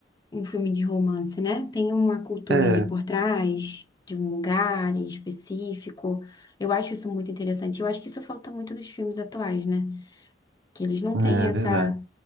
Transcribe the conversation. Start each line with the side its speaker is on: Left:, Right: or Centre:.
Left: um filme de romance, né? Tem uma cultura
Right: é, é
Left: ali por trás, de um lugar em específico. Eu acho isso muito interessante. Eu acho que isso falta muito nos filmes atuais, né? Que eles não
Right: é
Left: têm essa
Right: verdade.